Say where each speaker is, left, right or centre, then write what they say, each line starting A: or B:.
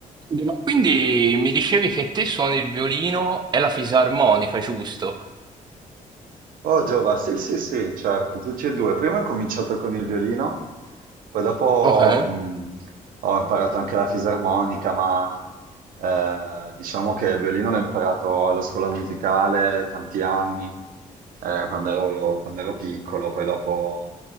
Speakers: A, on the right; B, on the right.
A: Sì, Ma quindi mi dicevi che te suoni il violino e la fisarmonica, giusto?
B: Oh Giova, sì sì sì, certo, tutti e due. Prima ho cominciato con il violino, poi dopo
A: Ok.
B: mh, ho imparato anche la fisarmonica, ma eh, diciamo che il violino l'ho imparato alla scuola musicale tanti anni, eh, quando ero, quando ero piccolo, poi dopo